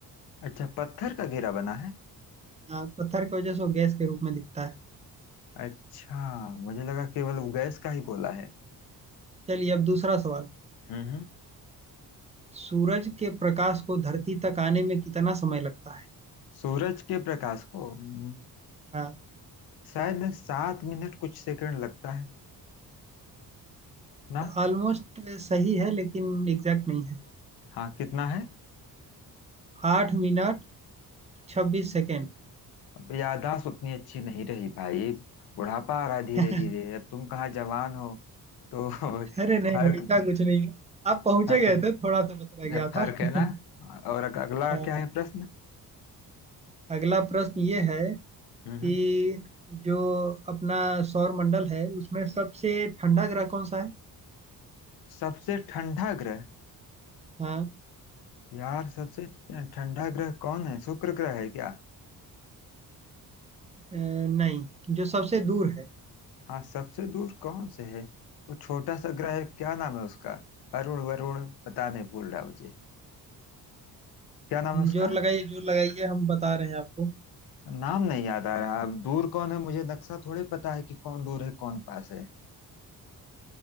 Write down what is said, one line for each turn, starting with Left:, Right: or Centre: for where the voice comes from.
Left: अच्छा पत्थर का घेरा बना है
Right: अ, पत्थर की वजह से वो गैस के रूप में दिखता है
Left: अच्छा मुझे लगा केवल वो गैस का ही गोला है
Right: चलिए अब दूसरा सवाल
Left: हम्म हम्म।
Right: सूरज के प्रकाश को धरती तक आने में कितना समय लगता है
Left: सूरज के प्रकाश को हम्म,
Right: हाँ
Left: शायद सात मिनट कुछ सेकंड लगता है ना
Right: ऑलमोस्ट सही है लेकिन एग्जैक्ट नहीं है
Left: हाँ कितना है
Right: आठ मिनट छब्बीस सेकेंड
Left: अब याददाश्त उतनी अच्छी नहीं रही भाई बुढ़ापा आ रहा है धीरे
Right: <laughs>
Left: धीरे अब तुम कहाँ जवान हो तो <laughs>
Right: अरे नहीं
Left: फर्क
Right: नहीं, ऐसा कुछ नहीं है आप पहुंचे
Left: फर्क
Right: गए
Left: है।
Right: थे थोड़ा सा बस रह गया
Left: ये फर्क
Right: था
Left: है
Right: <laughs>
Left: ना और अग- अगला
Right: अ,
Left: क्या है प्रश्न
Right: अगला प्रश्न ये है कि
Left: हम्म
Right: जो अपना सौर मंडल है उसमें सबसे ठंडा ग्रह कौन सा है
Left: सबसे ठंडा ग्रह
Right: हाँ
Left: यार सबसे ठंडा ग्रह कौन है शुक्र ग्रह है क्या
Right: अ, नहीं जो सबसे दूर है
Left: हाँ सबसे दूर कौन से है वो छोटा सा ग्रह है क्या नाम है उसका अरुण वरुण पता नहीं भूल रहा मुझे क्या नाम है उसका
Right: जो लगाइए जो लगाइए हम बता रहे हैं आपको
Left: नाम नहीं याद आ रहा अब दूर कौन है मुझे नक्शा थोड़ी पता है कि कौन दूर है कौन पास है